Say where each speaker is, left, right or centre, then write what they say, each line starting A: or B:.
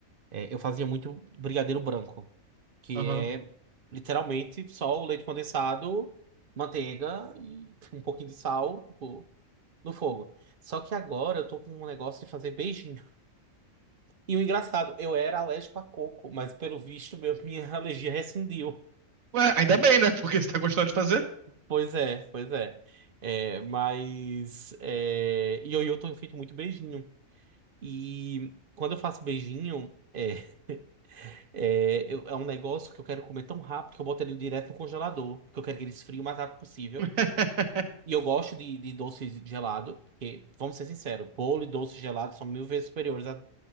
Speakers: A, on the right; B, on the right.
A: é, eu fazia muito brigadeiro branco, que
B: Aham.
A: é literalmente só o leite condensado, manteiga e um pouquinho de sal, tipo, no fogo. Só que agora eu tô com um negócio de fazer beijinho. E o engraçado, eu era alérgico a coco, mas pelo visto, meu, minha <laughs> alergia rescindiu.
B: Ué, ainda bem, né? Porque você tá gostando de fazer.
A: Pois é, pois é. É, mas. É, e eu, eu tenho feito muito beijinho. E quando eu faço beijinho, é, é, eu- é um negócio que eu quero comer tão rápido que eu boto ele direto no congelador. Porque eu quero que ele esfrie o mais rápido possível.
B: <laughs>
A: E eu gosto de, de doce gelado. Porque, vamos ser sinceros, bolo e doce gelado são mil vezes superiores a,